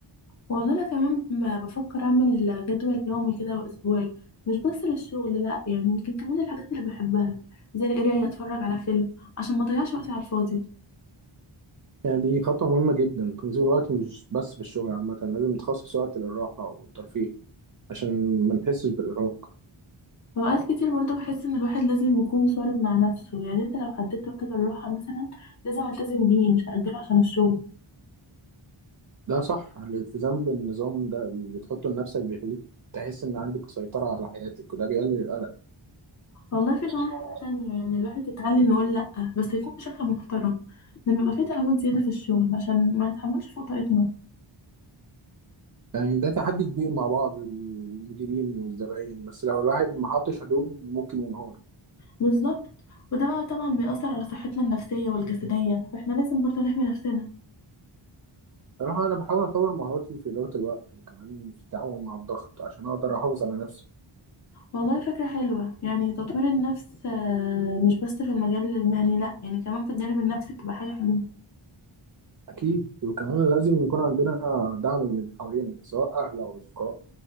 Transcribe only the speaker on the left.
والله أنا كمان ما بفكر أعمل جدول يومي كده وأسبوعي مش بس للشغل لأ يعني لكن كمان الحاجات اللي بحبها زي القراية أتفرج على فيلم عشان ما أضيعش وقتي على الفاضي
وأوقات كتير برضه بحس إن الواحد لازم يكون صارم مع نفسه يعني أنت لو حددت وقت للراحة مثلا لازم ألتزم بيه مش هأجله عشان الشغل
والله في كمان
حاجة تانية يعني الواحد يتعلم يقول لأ بس يكون بشكل محترم لما يبقى في طلبات زيادة في الشغل عشان ما نتحملش فوق طاقتنا
بالظبط وده بقى طبعا بيأثر على صحتنا النفسية والجسدية فاحنا لازم برضو نحمي نفسنا
والله فكرة حلوة يعني تطوير النفس آه، مش بس في المجال المهني لأ يعني كمان في الجانب النفسي بتبقى حاجة حلوة